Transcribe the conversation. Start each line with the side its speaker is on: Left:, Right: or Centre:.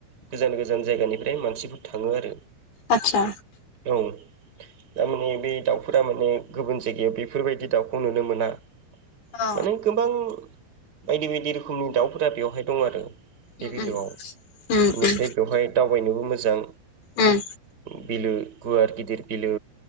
Right: गोजान गोजान जायगानिफ्राय मानसिफोर थां थाङो आरो
Left: आदसा
Right: औ। थारमाने बे दाउफोरा माने गुबुन जायगायाव बेफोरबायदि दाउखौ नुनो मोना।
Left: औ
Right: माने गोबां बायदि बायदि रोखोमनि दाउफोरा बेवहाय दं आरो। बे
Left: उम
Right: बिलोआव
Left: उम उम
Right: बेनिफ्राय
Left: उम
Right: बेवहाय दाउ बयनोबो मोजां
Left: उम
Right: बिलो गुवार गिदिर बिलो